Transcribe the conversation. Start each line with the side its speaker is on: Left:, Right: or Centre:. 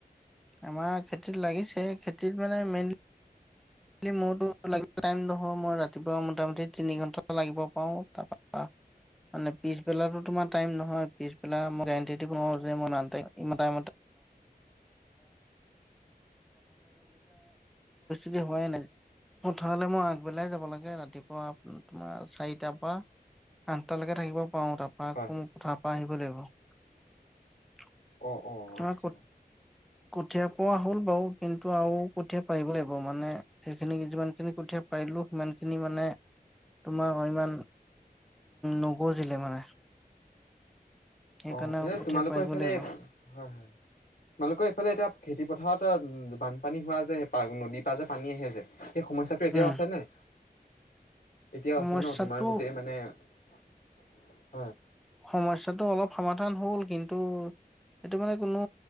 Centre: আমাৰ খেতিত লাগিছে খেতিত মানে মেইনলি। <inaudible> টাইম নহয় মই ৰাতিপুৱা মোটামুটি তিনি ঘণ্টা লাগিব পাৰো তাৰ মানে পিছবেলা তোমাৰ টাইম নহয় পিছবেলা মই গেৰাণ্টি দিব নোৱাৰো যে মই ইমান । হোৱাই নাই পথাৰলৈ মই আগবেলাই যাব লাগে ৰাতিপুৱা তোমাৰ চাৰিটা পৰা আঠলেকে থাকিব পাৰো তাৰ
Left: হয়
Centre: পৰা আহিব লাগিব।
Left: অ অ
Centre: আমাৰ
Left: আচ্ছা।
Centre: কঠীয়া পোৱা হ'ল বাৰু কিন্তু আৰু কঠীয়া পাৰিব লাগিব। মানে সেইখিনি যিমান খিনি কঠিয়ী পাৰিলো সিমান খিনি মানে তোমাৰ ইমান নগজিলে মানে। সেইকাৰণে
Left: অ
Centre: আৰু
Left: এই
Centre: কঠীয়া
Left: তোমালোকৰ
Centre: পাৰিব
Left: এইফালে
Centre: লাগিব।
Left: হয় হয় তোমালোকৰ এইফালে এতিয়া খেতি পথাৰত। বানপানী হোৱা যে নদীৰ পৰা যে পানী আহে যে সেই সমস্যাটো এতিয়াও
Centre: উম
Left: আছেনে। এতিয়াও
Centre: সমস্যাটো
Left: আছে ন তোমাৰ গোটেই মানে। <unintelligible>
Centre: সমস্যাটো অলপ সমাধান হ'ল কিন্তু সেইটো মানে কোনো